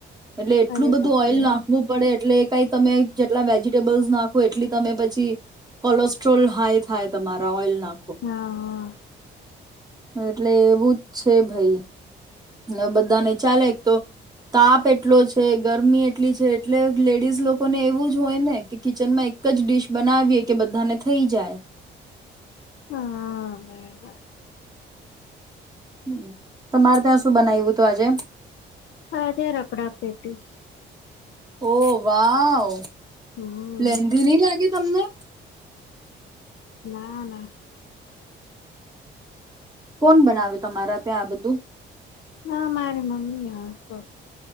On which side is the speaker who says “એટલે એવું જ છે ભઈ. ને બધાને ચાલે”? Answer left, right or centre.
Right